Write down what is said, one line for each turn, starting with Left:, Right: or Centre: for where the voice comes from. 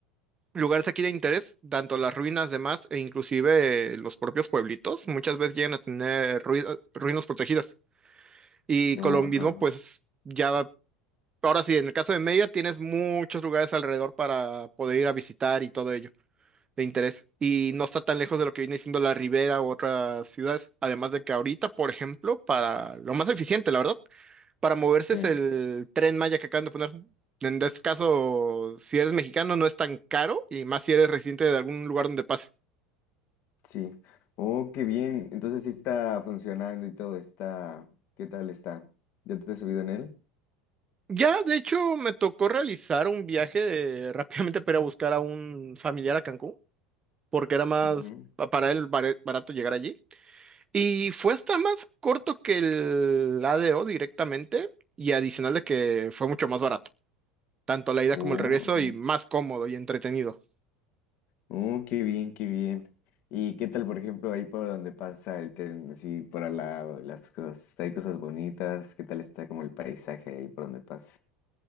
Right: lugares aquí de interés, tanto las ruinas demás e inclusive eh, los propios pueblitos, muchas veces llegan a tener rui- ruinas protegidas. Y
Left: No,
Right: con lo mismo,
Left: ajá,
Right: pues ya, ahora sí, en el caso de Mérida tienes muchos lugares alrededor para poder ir a visitar y todo ello de interés y no está tan lejos de lo que viene siendo la Ribera u otras ciudades. Además de que ahorita, por ejemplo, para lo más eficiente, la verdad, para moverse
Left: sí.
Right: es el Tren Maya que acaban de poner. En este caso, si eres mexicano, no es tan caro y más si eres residente de algún lugar donde pase.
Left: Sí. Oh, qué bien. Entonces sí está funcionando y todo está. ¿Qué tal está? ¿Ya te has subido en él?
Right: Ya, de hecho, me tocó realizar un viaje de- <laughs> rápidamente para ir a buscar a un familiar a Cancún, porque era más
Left: Ujú.
Right: pa- para él bare- barato llegar allí. Y fue hasta más corto que el ADO directamente, y adicional de que fue mucho más barato, tanto la ida
Left: Oh,
Right: como el regreso,
Left: ajá.
Right: y más cómodo y entretenido.
Left: Oh, qué bien, qué bien. ¿Y qué tal, por ejemplo, ahí por donde pasa el tren, así por al lado, y las cosas, hay cosas bonitas, qué tal está como el paisaje ahí por donde pasa?